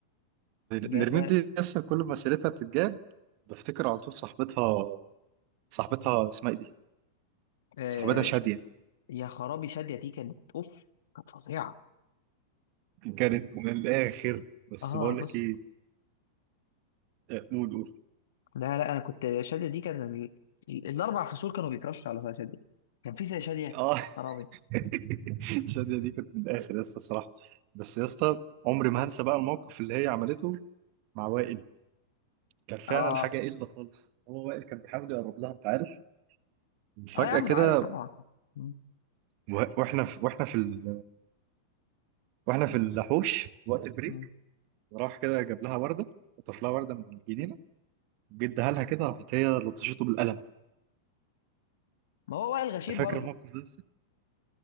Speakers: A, on the left; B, on the right.
A: ده
B: نرمين
A: ده
B: دي لسه كل ما سيرتها بتتجاب بفتكر على طول صاحبتها صاحبتها اسمها ايه دي؟
A: آه
B: صاحبتها شادية
A: يا خرابي شاديه دي كانت اوف كانت فظيعه
B: كانت من الآخر بس
A: اه
B: بقول لك
A: بص
B: ايه آه، قول قول
A: لا لا انا كنت شاديه دي كان ال... ال- الاربع فصول كانوا بيكرشوا على شاديه كان في زي شاديه
B: اه
A: خرابي
B: <laughs> شادية دي كانت من الآخر يا اسطى الصراحة بس يا اسطى عمري ما هنسى بقى الموقف اللي هي عملته مع وائل كان فعلا
A: اه
B: حاجة قلة خالص هو وائل كان بيحاول يقرب لها انت عارف فجأة
A: اه يا عم
B: كده
A: انا عارف طبعا مم.
B: و- واحنا في واحنا في ال... واحنا في الحوش وقت البريك
A: مم.
B: راح كده جاب لها وردة خطف لها وردة من الجنينة جدا قالها كده راحت هي لطشته بالقلم
A: ما هو وائل غشيب
B: انت فاكر
A: برضو
B: الموقف ده لسه؟